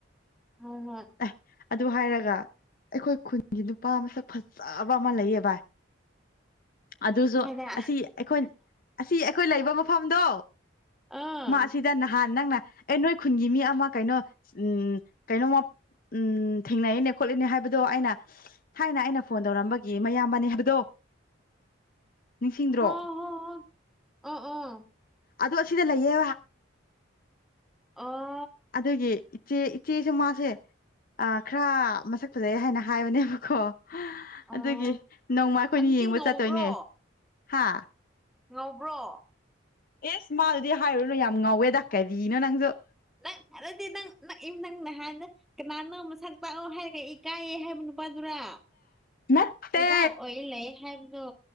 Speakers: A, in the centre; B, on the left.
A: ꯍꯣꯏ ꯍꯣꯏ
B: ꯑꯦ ꯑꯗꯨ ꯍꯥꯏꯔꯒ ꯑꯩꯈꯣꯏ ꯈꯨꯟꯒꯤ ꯅꯨꯄꯥ ꯃꯁꯛ ꯐꯖꯕ ꯑꯃ ꯂꯩꯌꯦ ꯕ ꯑꯗꯨꯁꯨ
A: ꯍꯥꯏꯗ
B: ꯑꯁꯤ ꯑꯩꯈꯣꯏ ꯑꯁꯤ ꯑꯩꯈꯣꯏ ꯂꯩꯕ ꯃꯐꯝꯗꯣ
A: ꯑꯥ
B: ꯃꯥꯁꯤ ꯗ ꯅꯍꯥꯟ ꯅꯪꯅ ꯑꯦ ꯅꯣꯏ ꯈꯨꯟꯒꯤ ꯃꯤ ꯑꯃ ꯀꯩꯅꯣ ꯎꯝ ꯀꯩꯅꯣꯝꯃ ꯎꯝ ꯊꯦꯡꯅꯩꯅꯦ ꯈꯣꯠꯂꯦꯅꯦ ꯍꯥꯏꯕꯗꯣ ꯑꯩꯅ ꯊꯥꯏꯅ ꯑꯩꯅ ꯐꯣꯟ ꯇꯧꯔꯝꯕꯒꯤ ꯃꯌꯥꯝꯕꯅꯦ ꯍꯥꯏꯕꯗꯣ ꯅꯤꯡꯁꯤꯡꯗ꯭ꯔꯣ
A: ꯍꯣ ꯍꯣ ꯍꯣ ꯑꯑꯥ
B: ꯑꯗꯨ ꯑꯁꯤꯗ ꯂꯩꯌꯦ
A: ꯑꯣ
B: ꯑꯗꯨꯒꯤ ꯏꯆꯦ ꯏꯆꯦꯁꯨ ꯃꯥꯁꯦ ꯑ ꯈꯔ ꯃꯁꯛ ꯐꯖꯩ ꯍꯥꯏꯅ ꯍꯥꯏꯕꯅꯦꯕꯀꯣ
A: ꯑꯣ
B: ꯑꯗꯨꯒꯤ ꯅꯣꯡꯃ ꯑꯩꯈꯣꯏꯅꯤ
A: ꯑꯗꯨꯗꯤ
B: ꯌꯦꯡꯕ
A: ꯉꯧꯕ꯭ꯔꯣ
B: ꯆꯠꯇꯣꯏꯅꯦ ꯍꯥ
A: ꯉꯧꯕ꯭ꯔꯣ
B: ꯏꯁ ꯃꯥꯗꯗꯤ ꯍꯥꯏꯔꯨꯅꯨ ꯌꯥꯝ ꯉꯥꯎꯋꯦ ꯗ ꯀꯔꯤꯅꯣ ꯅꯪꯁꯨ
A: ꯅꯪ ꯑꯗꯨꯗꯤ ꯅꯪ ꯅꯪ ꯏ ꯅꯪ ꯅꯍꯥꯟꯗ ꯀꯅꯥꯅꯣ ꯃꯁꯛ ꯇꯥꯛꯑꯣ ꯍꯥꯏꯔꯛꯢ ꯀꯥꯏꯌꯦ ꯍꯥꯏꯕ ꯅꯨꯄꯥꯗꯨꯔꯥ
B: ꯅꯠꯇꯦ
A: ꯑꯣꯖꯥ ꯑꯣꯏ ꯂꯩ ꯍꯥꯏꯕꯗꯣ